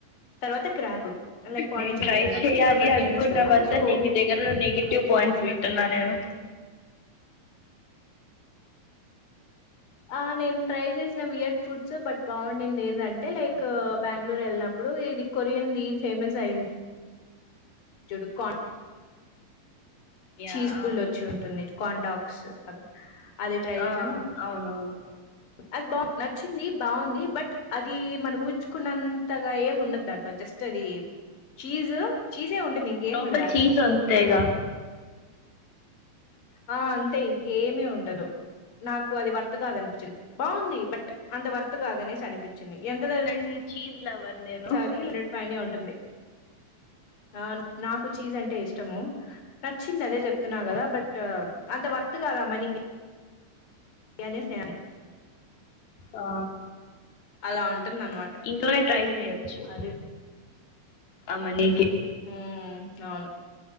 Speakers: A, on the left; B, on the left.
A: తర్వాత క్రాబ్ లైక్ పాండిచ్చేరి
B: నేను ట్రై
A: వెళ్ళినప్పుడు
B: చేయ్యాలి
A: ఇంకా అక్కడ
B: అనుకున్నవంత
A: ఫేమస్ కదా సో
B: నేను మీ దగ్గర నెగిటివ్ పాయింట్స్ వింటున్నా నేను
A: ఆ నేను ట్రై చేసిన వియర్ట్ ఫుడ్స్ బట్ బాగుండింది ఏందంటే లైక్ బ్యాంగ్ళూరు వెళ్ళినప్పుడు ఇప్పుడు ఇది కొరియన్ది ఫేమస్ అయింది జుడుకాన్
B: యా
A: చీజ్ పుల్
B: అవును
A: వచ్చి ఉంటుంది కాండాక్స్ అవి అది ట్రై చేశాను
B: ఆ అవునవును
A: అది బాగు నచ్చింది బాగుంది బట్ అది మనం ఊహించుకున్నంతగా ఏమి ఉండదు దాంట్లో ఫస్ట్ అది చీజ్ చీజే ఉంటుంది ఇంకేండదు
B: లోపల
A: ఆ చీజ్
B: అంతేగా
A: ఆ అంతే ఇంకేమి ఉండదు నాకు అది వర్త్ కాదనిపించింది బాగుంది బట్ అంత వర్త్ కాదనేసి అనిపిచింది ఎంత తెలుసా
B: అండ్ చీజ్ లవర్ నేను
A: అది హండ్రెడ్ పైనే ఉంటుంది అవును నాకు చీజ్ అంటే ఇష్టము నచ్చింది అదే చెప్తున్నా కదా బట్ అంత వర్త్ కాదా మనీకి గణేస్ స్నేహనే
B: ఆ
A: అలా ఉంటుంది అనమాట
B: ఇంట్లోనే ట్రై చేయచ్చు
A: అది
B: ఆ మని
A: హ అవును